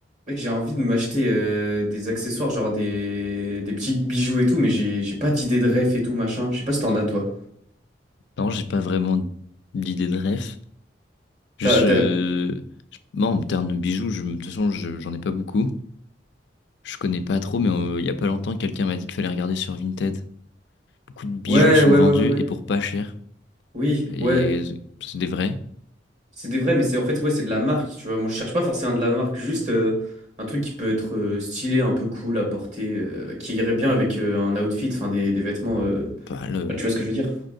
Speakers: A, on the right; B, on the left.
A: Mec, j'ai envie de m'acheter euh, des accessoires, genre des, des petits bijoux et tout, mais j'ai j'ai pas d'idée de ref et tout, machin. Je sais pas si t'en as, toi.
B: Non, j'ai pas vraiment d'idée de ref. Juste,
A: T'as, t'as-
B: euh, je- moi, en termes de bijoux, je, de toute façon, je- j'en ai pas beaucoup. Je connais pas trop, mais euh, il y a pas longtemps, quelqu'un m'a dit qu'il fallait regarder sur Vinted. Beaucoup de bijoux
A: Ouais,
B: sont
A: ouais,
B: vendus
A: ouais, ouais, ouais.
B: et pour pas cher.
A: Oui,
B: Et
A: ouais.
B: c'est des vrais.
A: C'est des vrais, mais c'est en fait, ouais, c'est de la marque, tu vois. Moi, je cherche pas forcément de la marque, juste euh, un truc qui peut être euh, stylé, un peu cool à porter, euh, qui irait bien avec euh, un outfit, enfin, des, des vêtements. euh,
B: Pas le...
A: enfin, tu vois ce que je veux dire?